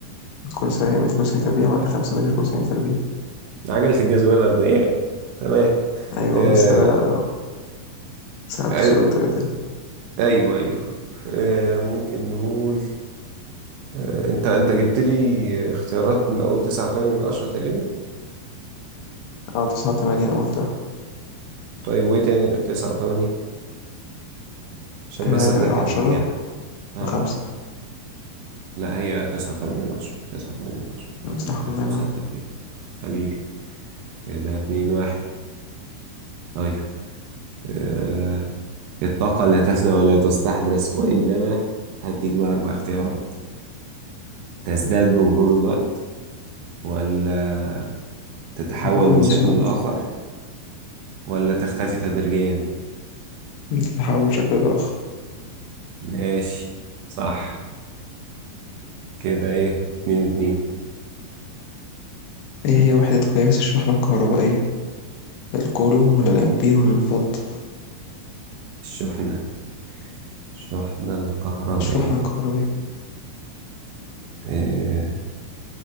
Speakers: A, on the left; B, on the right.
A: متر كل ثانية متر كل ثانية تربيع ولا خمسة متر كل ثانية تربيع؟
B: عجلة الجاذبية الأرضية تمام
A: أيوة
B: آه...
A: بس أنا سألت
B: آه،
A: سؤال بطريقة تانية
B: ايوه ايوه آه... ممكن نقول آه، انت انت جبت لي اختيارات من اول تسعة وتمانية من عشرة تقريبا
A: أه تسعة وتمانية قلتها
B: طيب وايه تاني غير تسعة وتمانية عشان
A: آه
B: بس اتاكد
A: عشرة
B: من الاجابة اه
A: وخمسة
B: لا هي تسعة وتمانية من عشرة تسعة وتمانية من عشرة
A: أه،
B: مثل
A: صح الله
B: كل
A: ينور
B: سنة تربية حبيبي كده اتنين واحد طيب آه. الطاقة لا تفنى ولا تستحدث وإنما هديك بقى أربع اختيارات تزداد بمرور الوقت ولا تتحول
A: ننتقل
B: من
A: من
B: شكل
A: سؤال
B: لآخر
A: أخرى
B: ولا تختفي تدريجيا
A: تتحول من شكل لآخر
B: ماشي صح كده ايه اتنين اتنين
A: إيه هي وحدة قياس الشحنة الكهربائية؟ الكولوم ولا الأمبير ولا الفولت؟
B: الشحنة الشحنة الكهربائية
A: الشحنة الكهربائية
B: إيه